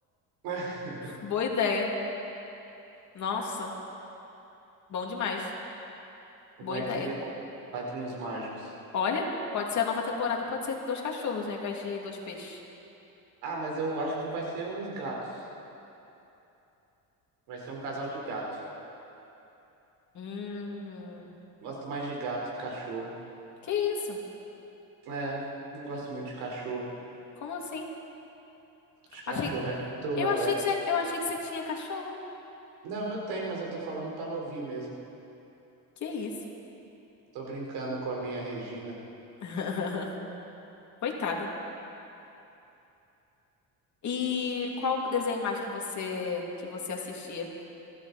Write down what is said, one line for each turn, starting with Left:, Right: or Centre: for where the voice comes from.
Right: <laughs>
Left: Boa ideia. Nossa. Bom demais.
Right: Vai
Left: Boa ideia.
Right: que viram padrinhos mágicos.
Left: Olha, pode ser a nova temporada, pode ser dois cachorros, né, ao invés de dois peixes.
Right: Ah, mas eu acho que vai ser uns gatos. Vai ser um casal de gatos.
Left: Hum.
Right: Gosto mais de gato que cachorro.
Left: Que isso?
Right: É, não gosto muito de cachorro.
Left: Como assim?
Right: Acho que
Left: Achei...
Right: cachorro é muito
Left: Eu
Right: elétrico.
Left: achei que você... Eu achei que você tinha cachorro.
Right: Não, eu tenho, mas eu tô falando pra ela ouvir mesmo.
Left: Que isso?
Right: Tô brincando com a minha Regina.
Left: <laughs> Coitada. E qual desenho mais que você que você assistia?